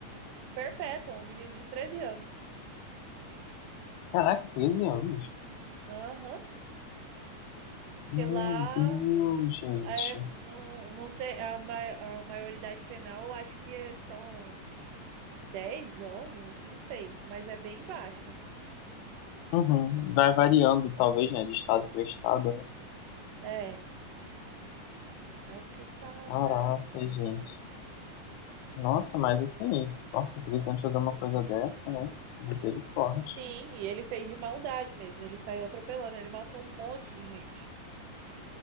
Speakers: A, on the right; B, on the left.
A: perpétua, um menino de 13 anos.
B: caraca, 13 anos.
A: Aham.
B: Meu
A: Que lá
B: Deus, gente.
A: É, não, não tem a, ma- a maioridade penal, acho que é- são 10 anos, não sei, mas é bem baixa.
B: Uhum. Vai variando, talvez, né, de estado para estado, né?
A: É. Aí eu fiquei, caracas.
B: Caraca, gente. Nossa, mas assim, nossa, com 13 anos fazer uma coisa dessa, né? Misericórdia.
A: Sim, e ele fez de maldade mesmo. Ele saiu atropelando, ele matou um monte de gente.